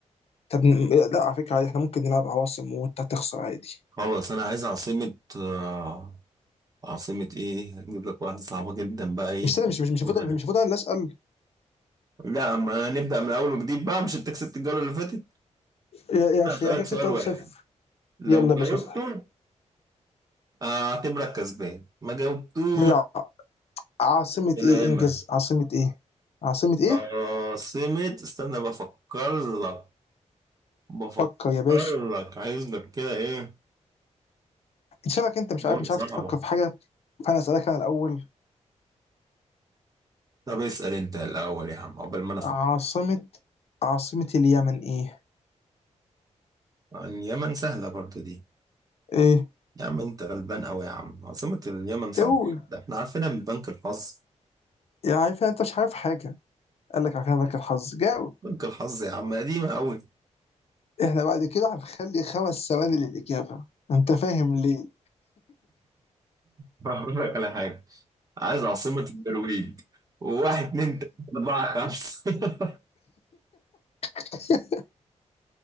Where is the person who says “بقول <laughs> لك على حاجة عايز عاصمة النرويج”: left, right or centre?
Right